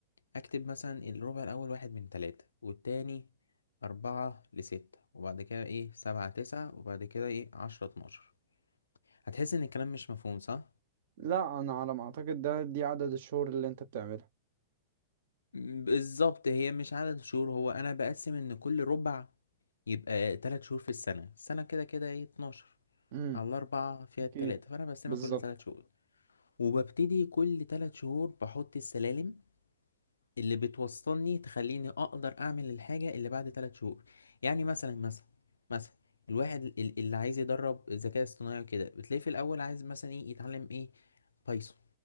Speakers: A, on the left; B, on the right.
A: أكتب مثلا الربع الأول واحد من تلاتة والتاني أربعة لستة وبعد كده إيه سبعة تسعة وبعد كده إيه عشرة اتناشر هتحس إن الكلام مش مفهوم صح؟
B: لا انا على ما اعتقد ده دي عدد الشهور اللي انت بتعملها
A: م، بالظبط هي مش عدد شهور هو أنا بقسم إن كل ربع يبقى تلات شهور في السنة السنة كده كده إيه اتناشر
B: امم
A: على الأربعة فيها
B: اوكي
A: التلاتة فأنا بقسمها
B: بالظبط
A: كل تلات شهور وببتدي كل تلات شهور بحط السلالم اللي بتوصلني تخليني اقدر اعمل الحاجة اللي بعد تلات شهور يعني مثلا مثلا مثلا الواحد ال- اللي عايز يدرب الذكاء الاصطناعي وكده بتلاقيه في الاول عايز مثلا ايه يتعلم ايه بايثون